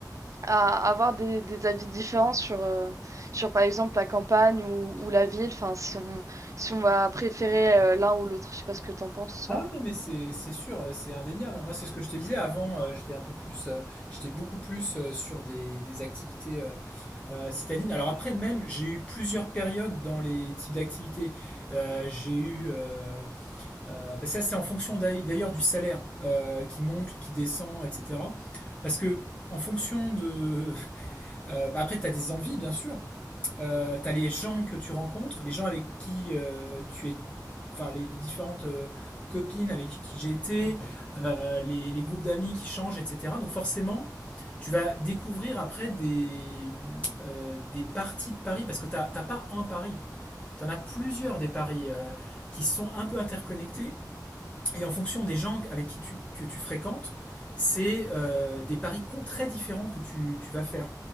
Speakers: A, on the right; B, on the left.
A: à avoir des, des avis différents sur, euh, sur, par exemple, la campagne ou, ou la ville, enfin, si on, si on va préférer euh, l'un ou l'autre. Je sais pas ce que t'en penses,
B: Ah
A: toi.
B: ouais, non, mais c'est c'est sûr, euh, c'est indéniable. Moi, c'est ce que je te disais avant, euh, j'étais un peu plus, euh, j'étais beaucoup plus euh, sur des, des activités euh, euh, citadines. Alors après, même, j'ai eu plusieurs périodes dans les types d'activités. Euh, j'ai eu... euh, Euh, bah ça, c'est en fonction d'ailleurs du salaire euh, qui monte ou qui descend, etc. Parce que, en fonction de. euh, bah après, tu as des envies, bien sûr. Euh, tu as les gens que tu rencontres, les gens avec qui euh, tu es. Enfin, les, les différentes euh, copines avec qui j'ai été, euh, les, les groupes d'amis qui changent, etc. Donc, forcément, tu vas découvrir après des, euh, des parties de Paris, parce que tu n'as pas un Paris. Tu en as plusieurs des paris euh, qui sont un peu interconnectés et en fonction des gens avec qui tu, que tu fréquentes, c'est euh, des paris très différents que tu, tu vas faire,